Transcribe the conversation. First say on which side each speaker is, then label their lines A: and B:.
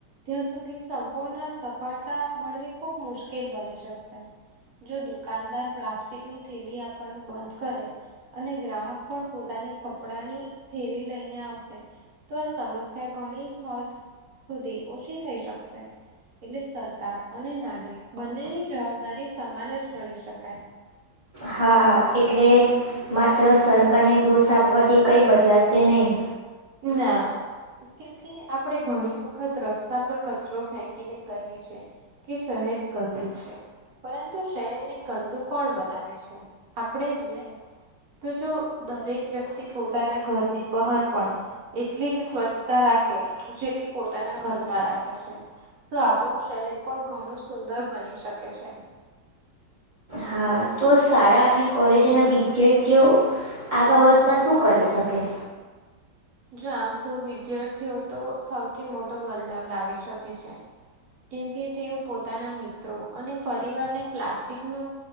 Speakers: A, on the right; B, on the right.
A: ત્યાં સુધી સંપૂર્ણ સફળતા મળવી ખૂબ મુશ્કેલ બની શક કે. જો દુકાનદાર પ્લાસ્ટિકની થેલી આપવાનું બંધ કરે અને ગ્રાહક પણ પોતાની કપડાની થેલી લઈને આવશે તો આ સમસ્યા ઘણી હદ સુધી ઓછી થઈ શકશે. એટલે સરકાર અને નાગરિક બંનેની જ જવાબદારી સમાન જ ગણી શકાય.
B: હા. એટલે માત્ર સરકારને દોષ આપવાથી કંઈ બદલાશે નહીં.
A: ના. કેમ કે આપણે ઘણી વખત રસ્તા પર કચરો ફેંકીને કહીએ છે. કે શહેર ગંદુ છે, પરંતુ શહેરને ગંદુ કોણ બનાવે છે? આપણેે જ ને. તો જો દરેક વ્યક્તિ પોતાના ઘરની બહાર પણ એટલી જ સ્વચ્છતા રાખે, જેટલી પોતાના ઘરમાં રાખે છે. તો આપણું શહેર પણ ઘણું સુંદર બની શકે છે.
B: હા તો શાળા અને કોલેજના વિદ્યાર્થીઓ આ બાબતમાં શું કરી શકે?
A: જો આમ તો વિદ્યાર્થીઓ તો સૌથી મોટો બદલાવ લાવી શકે છે. કેમ કે તેઓ પોતાના મિત્રો અને પરિવારને પ્લાસ્ટિક નો